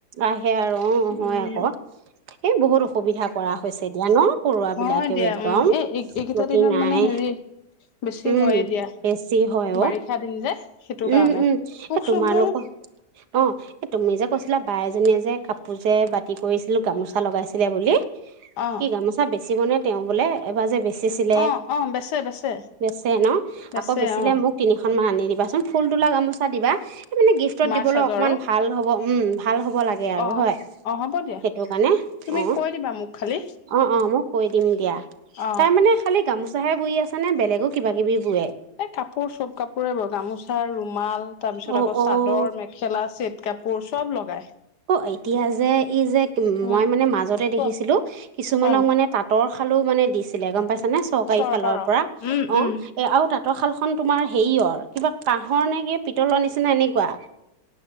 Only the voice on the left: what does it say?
উম
হয়
দিয়া
উম এই এইকেইটা দিনত
মানে হেৰি বেছি
হয়ে দিয়া
বাৰিষা
দিন যে সেইটো
কাৰণে
পোক
চোকবোৰ
অ
অ অ বেচে বেচে
বেচে
অ
মাৰ
চাজৰ
আৰু
অ
অ হ'ব দিয়া
তুমি
কৈ দিবা মোক খালি
অ
এ কাপোৰ চব কাপোৰে বই। গামোচা, ৰুমাল। তাৰ পিছত
আকৌ
চাদৰ, মেখেলা, চেট কাপোৰ চব লগায়।
উম
কোৱা
অ
চৰকাৰৰ
উম
উম